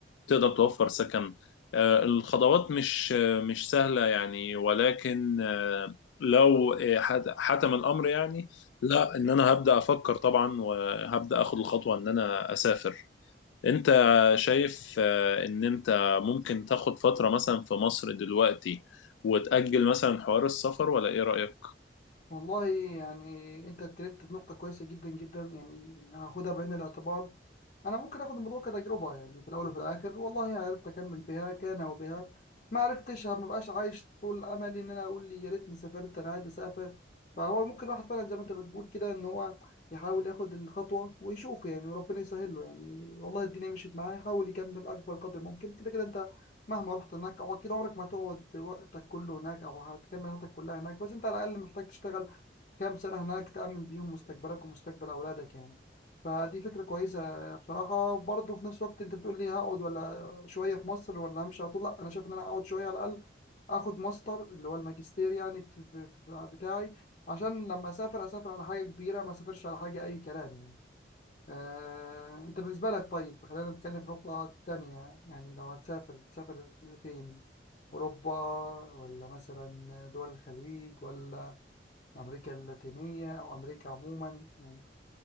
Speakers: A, on the left; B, on the left.
A: تقدر توفر سكن آه، الخضروات مش آه، مش سهلة يعني ولكن آه، لو آه، حت- حتم الأمر يعني لا إن أنا هبدأ أفكر طبعا وهبدأ أخد الخطوة إن أنا أسافر أنت شايف آه، إن أنت ممكن تاخد فترة مثلا في مصر دلوقتي وتأجل مثلا حوار السفر ولا إيه رأيك؟
B: والله يعني انت اتكلمت في نقطة كويسة جدا جدا يعني هاخدها بعين الاعتبار انا ممكن اخد الموضوع كتجربه يعني في الاول وفي الاخر والله عرفت اكمل بها كان وبها ما عرفتش ما بقاش عايش طول املي ان انا اقول لي يا ريتني سافرت انا عايز اسافر فهو ممكن الواحد فعلا زي ما انت بتقول كده ان هو يحاول ياخد الخطوه ويشوف يعني وربنا يسهل له يعني والله الدنيا مشيت معاه يحاول يكمل اكبر قدر ممكن كده كده انت مهما رحت هناك او اكيد عمرك ما هتقعد وقتك كله هناك او هتكمل حياتك كلها هناك بس انت على الاقل محتاج تشتغل كام سنة هناك تأمن بيهم مستقبلك ومستقبل أولادك يعني فدي فكرة كويسة بصراحة برضه في نفس الوقت أنت بتقول لي هقعد ولا شوية في مصر ولا همشي على طول لا أنا شايف إن أنا أقعد شوية على الأقل آخد ماستر اللي هو الماجستير يعني بت- ب- ب- بتاعي عشان لما أسافر أسافر على حاجة كبيرة ما أسافرش على حاجة أي كلام يعني آه، أنت بالنسبة لك طيب خلينا نتكلم في نقطة تانية يعني لو هتسافر تسافر فين؟ أوروبا ولا مثلا دول الخليج ولا أمريكا اللاتينية أو أمريكا عموما يعني